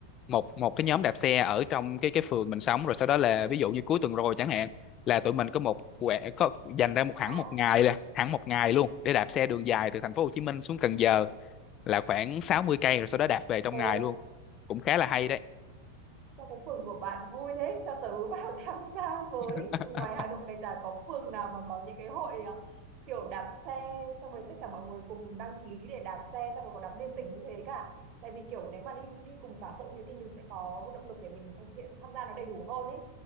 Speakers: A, on the left; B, on the right.
A: một một cái nhóm đạp xe ở trong cái cái phường mình sống rồi sau đó là ví dụ như cuối tuần rồi chẳng hạn là tụi mình có một quẻ có dành ra một hẳn
B: à
A: một ngày nè hẳn một ngày luôn để đạp xe đường dài từ thành phố Hồ Chí Minh xuống Cần Giờ là khoảng sáu mươi cây rồi sau đó đạp về trong
B: ồ
A: ngày luôn cũng khá là hay đấy
B: Sao cái phường của bạn vui thế? Cho tớ vào <laughs> tham gia với.
A: <laughs>
B: Ngoài Hà Nội này chả có phường nào mà có những cái hội à, kiểu đạp xe xong rồi tất cả mọi người cùng đăng ký để đạp xe xong rồi còn đạp liên tỉnh như thế cả. Tại vì kiểu nếu mà đi đi cùng cả hội thì thì mình sẽ có động lực để mình thực hiện tham gia nó đầy đủ hơn ấy